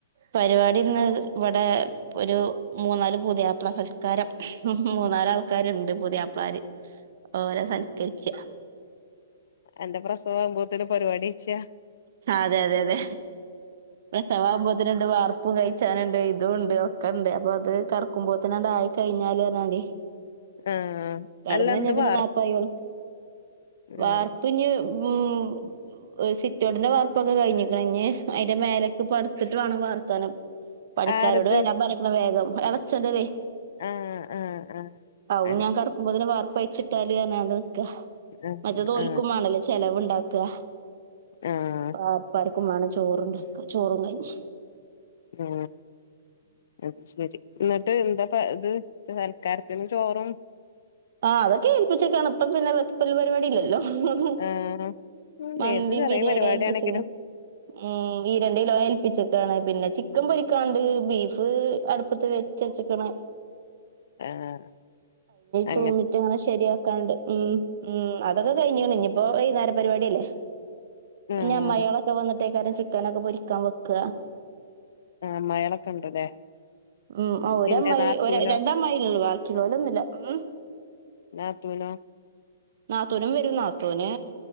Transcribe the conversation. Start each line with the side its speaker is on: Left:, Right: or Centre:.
Right: പരിപാടി ഇന്ന് ഇവിടെ. ഒരു മൂന്നാല് പുതിയാപ്ള സൽക്കാരം മൂന്നാല് ആൾക്കാരുണ്ട് പുതിയാപ്ളാര്.
Left: <inaudible>
Right: ഓരെ സൽക്കരിക്കാ
Left: എന്റെ പ്രസവ ആവുമ്പോത്തേന് പരിപാടി വച്ച്യാ.
Right: അതെ അതെ അതെ പ്രസവാവുമ്പോ ഇതിനണ്ട് വാർപ്പ് കഴിച്ചാനുണ്ട്. ഇതുണ്ട്. ഒക്കെണ്ട് അപ്പൊ അത് കടക്കുമ്പോത്തിനണ്ടായി കയ്ഞ്ഞാലർഞ്ഞാണ്ടെയ്
Left: ആഹ്
Right: കെടന്നഴിഞ്ഞാ
Left: അല്ല എന്ത്
Right: പിന്നെ
Left: വാർ
Right: നാപ്പയോളും വാർപ്പ്
Left: ആഹ്
Right: ന്ന് ഉം <unintelligible> റ്റോട്ടിന്റെ വാർപ്പൊക്കെ കഴിഞ്ഞേക്ക്ണ്. ‌ നി അയ്ന്റെ മേലക്കെ പട്ത്തിട്ട് വേണം വാർക്കാന് പണിക്കാരോട്
Left: ആരത്
Right: വരാൻ പറഞ്ഞ്ക്ക്ണ്‌ വേഗം. എളച്ചൻ്റതേയ്
Left: ആഹ് ആഹ് ആഹ്
Right: അവും
Left: അത്
Right: ഞാൻ
Left: ശരി
Right: കെടക്കുമ്പോത്ത്ന് വാർപ്പയിച്ചിട്ടാല്ർഞ്ഞാണ്ട് നിക്കാ
Left: ആഹ്
Right: മറ്റേതോൽക്കുമ്മാണല്ലേ
Left: ആഹ്
Right: ചെലവുണ്ടാക്ക്ക
Left: ആഹ്
Right: വാർപ്പാർക്കും മാണം ചോറും ചോറും കഞ്ഞിം
Left: ഏ അത്ചരി ന്നിട്ട് എന്താ പ്പ ത്.. സൽക്കാരത്തിന് ചോറും
Right: ആഹ്., അതൊക്കെ ഏൽപ്പിച്ചക്കാണ്. പ്പ പിന്നെ വെപ്പല് പരിപാടില്ലല്ലോ ഹ്‌ഹ്ഹും.
Left: ആഹ് ഉം
Right: മന്തിം
Left: ഏത് ചെറിയ
Right: ബിരിയാണിം
Left: പരിപാടിയാണെങ്കിലും
Right: ഏൽപ്പിച്ച്ക്ക്ണ്. ഉം... ഈരണ്ട് കിലോ ഏൽപ്പിച്ചക്കാണ്. പിന്നെ ചിക്കൻ പൊരിക്കാണ്ട്. ബീഫ് അടുപ്പത്ത് വെച്ചച്ച്ക്ക്ണ്
Left: ആഹ് അ
Right: തൂമിറ്റ് അങ്ങനെ ശരിയാക്കാണ്ട്. ഉം ഉം അതൊക്കെ കഴിഞ്ഞിക്ക്ണ്‌. നിപ്പോ വൈന്നേരപരിപാടിയല്ലേ
Left: ആഹ്
Right: ന്യമ്മായിയാളൊക്കെ വന്നിട്ടേക്കരം ചിക്കനൊക്കെ പൊരിക്കാൻ വെക്ക
Left: അമ്മായിളൊക്കെ ഉണ്ട്ല്ലേ
Right: ഉം അ ഒരമ്മായി
Left: പിന്നെ നാത്തൂനോ
Right: ഒര് രണ്ടമ്മായി അല്ലേള്ളൂ വാ കിളോലൊന്നുല്ല ഉം
Left: നാത്തൂനോ?
Right: നാത്തൂനും വരും നാത്തൂന്..